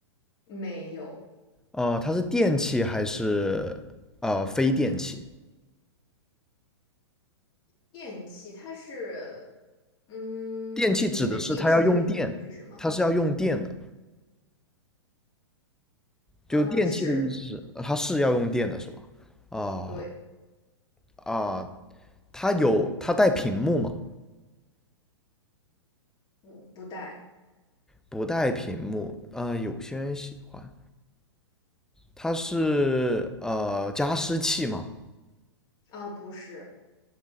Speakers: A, on the left (about 30°); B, in the centre.
A: 没有
B: 呃，它是电器还是呃非电器？
A: 电器，它是，嗯，
B: 电器指的是它要用电，
A: 你的电器这个定义是什么？
B: 它是要用电的，
A: 嗯，
B: 就电器的意思是呃它是要用电的，
A: 是，
B: 是吧？啊、
A: 对，
B: 啊、它有它带屏幕嘛？
A: 不不带
B: 不带屏幕，呃，有些人喜欢。它是呃加湿器嘛，
A: 啊，不是。